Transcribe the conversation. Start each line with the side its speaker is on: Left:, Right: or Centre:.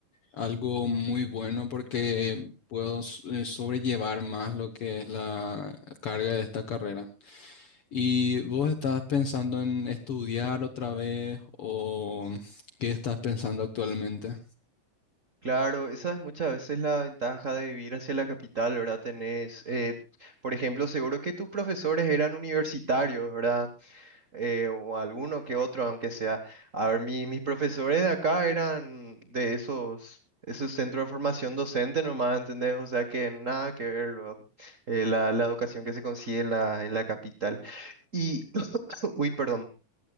Left: algo muy bueno porque puedo s- eh, sobrellevar más lo que es la carga de esta carrera. ¿Y vos estás pensando en estudiar otra vez o qué estás pensando actualmente?
Right: Claro, esa es muchas veces la ventaja de vivir hacia la capital, ¿verdad? Tenés, eh, por ejemplo, seguro que tus profesores eran universitarios, ¿verdad? eh, o alguno que otro, aunque sea. A ver, mi- mis profesores de acá eran de esos, esos centros de formación docente nomás, ¿entendés? O sea que nada que ver luego, eh, la, la educación que se consigue en la, en la capital. Y, <clears throat> uy, perdón.